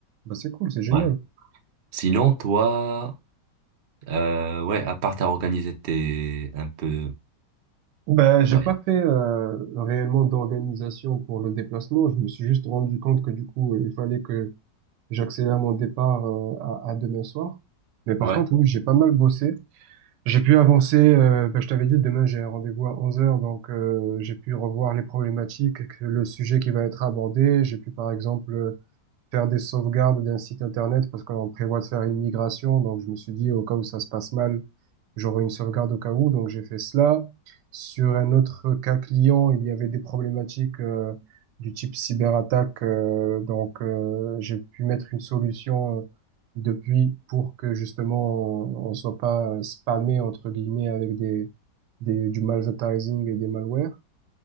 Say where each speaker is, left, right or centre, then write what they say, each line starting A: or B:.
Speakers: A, on the right (about 80°); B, on the right (about 65°).
A: bah c'est cool, c'est génial.
B: Ouais. Sinon, toi, euh, ouais, à part t'as organisé tes un peu.
A: Bah j'ai
B: Ouais.
A: pas fait euh, réellement d'organisation pour le déplacement, je me suis juste rendu compte que du coup, il fallait que j'accélère mon départ euh, à, à demain soir. Mais par
B: Ouais.
A: contre, oui, j'ai pas mal bossé. J'ai pu avancer, euh, ben, je t'avais dit, demain j'ai un rendez-vous à onze heures, donc euh, j'ai pu revoir les problématiques, que- le sujet qui va être abordé. J'ai pu par exemple faire des sauvegardes d'un site internet parce qu'on prévoit de faire une migration. Donc, je me suis dit, au cas où ça se passe mal, j'aurai une sauvegarde au cas où. Donc, j'ai fait cela. Sur un autre cas client, il y avait des problématiques euh, du type cyberattaque. euh, donc, euh, j'ai pu mettre une solution euh, depuis pour que justement on, on soit pas euh, spammé entre guillemets avec des, des du malvertising et des malwares.